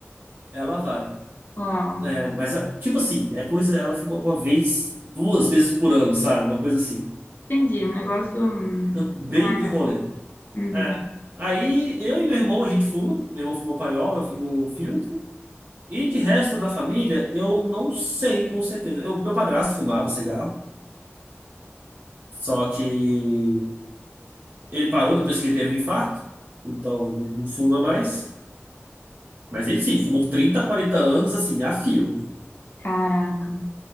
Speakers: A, on the right (about 50°); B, on the left (about 55°).
A: ela vai.
B: Uau!
A: É, mas, a- tipo assim, é coisa. Ela fuma uma vez, duas vezes por ano, sabe? Uma coisa assim.
B: Entendi, um negócio hum,
A: Bem
B: não é...
A: de rolê.
B: Uhum.
A: É. Aí eu e meu irmão, a gente fuma. Meu irmão fumou paiol, eu fumo filtro. E de resto da família, eu não sei com certeza. Eu, meu padrasto fumava cigarro, só que ele parou depois que ele teve um infarto, então não fuma mais. Mas ele sim, fumou 30 40 anos assim, a fio.
B: Caraca.